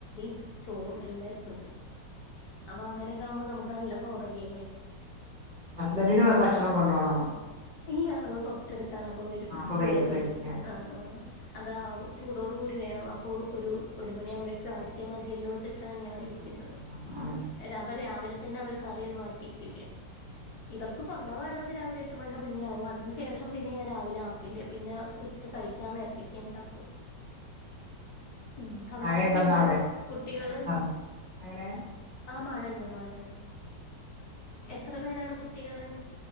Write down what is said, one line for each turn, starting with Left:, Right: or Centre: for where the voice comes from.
Left: <inaudible> ചോറും എല്ലാവും ഇപ്പം ഉണ്ട് അപ്പൊ അങ്ങനെയൊക്കെ ആകുമ്പോ നമുക്ക് എല്ലാം ബോറഡി അല്ലേ
Right: ഹസ്ബന്റിന് ഭക്ഷണം കൊണ്ടോണോ
Left: ഇല്ല ത് തൊട്ടെടുത്താണ് അപ്പോ വരും
Right: ആഹ്
Left: ഉച്ചയ്ക്ക്
Right: അപ്പൊ
Left: വരും കഴിക്ക
Right: വരൂല്ലേ
Left: ആഹ് ആഹ് അതാ വു ചൂടോടു കൂടി വേണം അപ്പോ ഒരു ഒരു മണിയാബഴേക്കും ആക്കിയാ മതിയെല്ലോ വെച്ചി ഞ ഇരിക്കുന്നത്
Right: ആഹ് ആഹ് ആഹ് ആഹ്
Left: അവര് രാവിലെ തന്നെ അവര് ക്കറിയൊന്നും ആക്കിയക്കില്ല
Right: ഉം
Left: ഇവർക്ക് കൊണ്ടോവാൻ ഒള്ളത് രാവിലെ എട്ട് മണ്ടം മുന്നെയാവു അതിന് ശേഷം പിന്നെ ഞാൻ രാവിലെ ആക്കില്ല പിന്നെ ഉച്ച കഴിക്കാൻ നേരത്തേക്കെ ഇണ്ടാക്കൂ ഉം അവിട
Right: മഴയുണ്ടോന്ന്
Left: ആരെക്കെണ്ട്
Right: അവിടൊക്കെ
Left: കുട്ടികള്
Right: മഴയുണ്ടോ എങ്ങനെ
Left: ആഹ് മഴണ്ട് മഴണ്ട്
Right: ഉം
Left: എത്ര പേരാണ് കുട്ടികള്